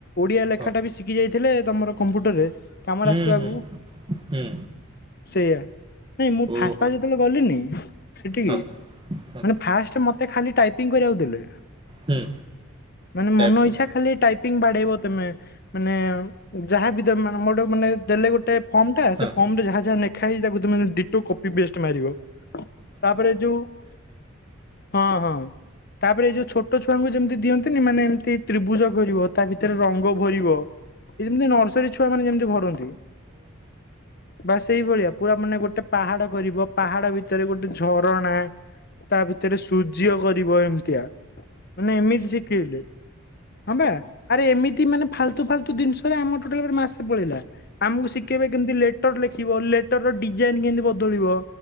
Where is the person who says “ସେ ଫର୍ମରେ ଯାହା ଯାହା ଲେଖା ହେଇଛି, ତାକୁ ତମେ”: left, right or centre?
Left